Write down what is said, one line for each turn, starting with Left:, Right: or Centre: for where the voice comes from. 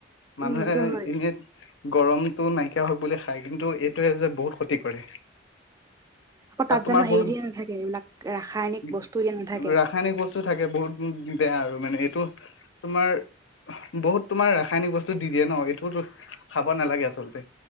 Left: মানুহে
Right: উম সেইটো হয়
Left: এনেই গৰম। টো নাইকিয়া হওক বুলি খাই কিন্তু এইটোৱে যে বহুত ক্ষতি কৰে।
Right: আকৌ
Left: তাত তোমাৰ
Right: জানো হেৰি
Left: বহুত
Right: দিয়া নাথাকে এইবিলাক ৰাসায়নিক
Left: উ
Right: বস্তু দিয়া নাথাকে
Left: ৰাসায়নিক বস্তু থাকে বহুত বেয়া আৰু মানে এই ত তোমাৰ বহুত তোমাৰ ৰাসায়নিক বস্তু দি দিয়ে ন এইটো খাব নালাগে আচলতে